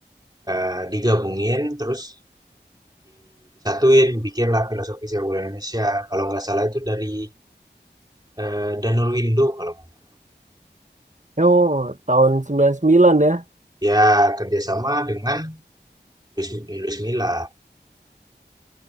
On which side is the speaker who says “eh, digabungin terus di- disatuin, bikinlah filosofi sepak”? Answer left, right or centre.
Right